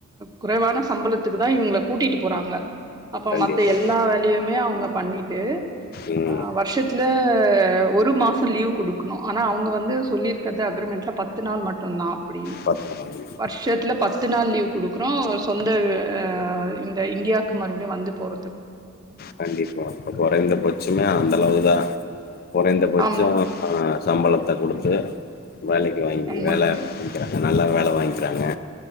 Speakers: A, on the right (about 20°); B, on the left (about 45°).
A: குறைவான சம்பளத்துக்கு தா இவுங்கள கூட்டிட்டு போறாங்க அப்ப
B: கண்டிப்பா
A: மத்த எல்லா வேலையுமே அவுங்க பண்ணிட்டு
B: ம்
A: அ வருஷத்துல ஒரு மாசம் லீவ் குடுக்கணும் ஆனா அவங்க வந்து சொல்லிருக்குறது அக்ரிமெண்ட்ல பத்து நாள் மட்டுதா அப்படின்னு
B: பாத்துக்கலாங்க
A: வர்ஷத்துல பத்து நாள் லீவ் குடுக்குறோ சொந்த அ ஆ இந்த இண்டியாக்கு மறுபடியு வந்து போற
B: கண்டிப்பா அப்ப கொறைந்தபச்சமே அந்த அளவு தா கொறைந்த பட்ச
A: ஆமா
B: ஆஹ் சம்பளத்த குடுத்து வேலக்கி வாங்கி
A: ஆமாங்க
B: வேல வாங்கிறாங்க நல்லா வே ல வாங்கிறாங்க